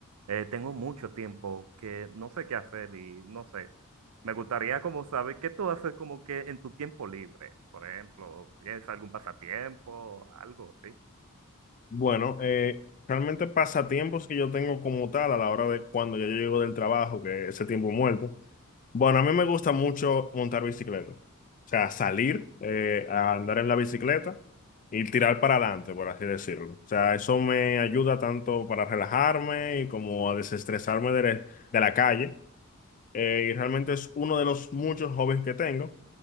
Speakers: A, on the right (about 90°); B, on the left (about 35°).
A: eh, tengo mucho tiempo que no sé qué hacer y no sé. Me gustaría como saber qué tú haces como que en tu tiempo libre, por ejemplo, ¿tienes algún pasatiempo, algo así?
B: Bueno, eh, realmente pasatiempos que yo tengo como tal a la hora de cuando yo llego del trabajo, que ese tiempo muerto. Bueno, a mí me gusta mucho montar bicicleta. O sea, salir eh, a andar en la bicicleta y tirar para adelante, por así decirlo. O sea, eso me ayuda tanto para relajarme y como a desestresarme de, la- de la calle. eh, y realmente es uno de los muchos hobbies que tengo.